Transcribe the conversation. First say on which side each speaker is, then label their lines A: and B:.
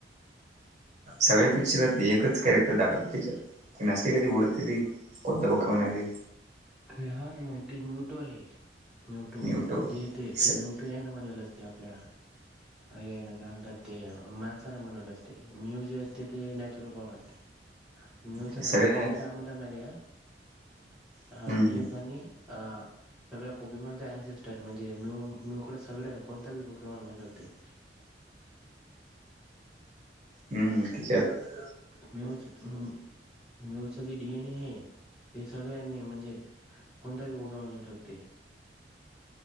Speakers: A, on the right (about 40°); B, in the centre.
A: सगळे पिक्चरते एकच कॅरेक्टर दाबि ती नसते क ती ओडतेी कोत बखम म्हणाते.
B: अरेहान मग ते म्यूटो आहे म्युटो
A: न्यूटो हम्म
B: जेेत ते म्यूट. ट्रॅन म्हनल असते आपल्या ये ना कामतात ते माणसाना बनवल असते म्यूज असते ते नॅचुरल बॉर्ण असते. मिचू
A: ते
B: का
A: सगळ्या
B: मी काय म्हणत माहिती का
A: हम्म
B: हा मिक
A: हम्म
B: आणि हं सगळ्या पोकेमानचा अनसिस्टर म्हणजे म मीकड सगळ कोणता बी पोकिमान म्हणू शकते
A: हम्म तिच्या त
B: म्युझिक ह म्यूच जे डीएन ए आहे ते सगळ्यांनी म्हणजे कोणता बी बोगा ठेवत ते.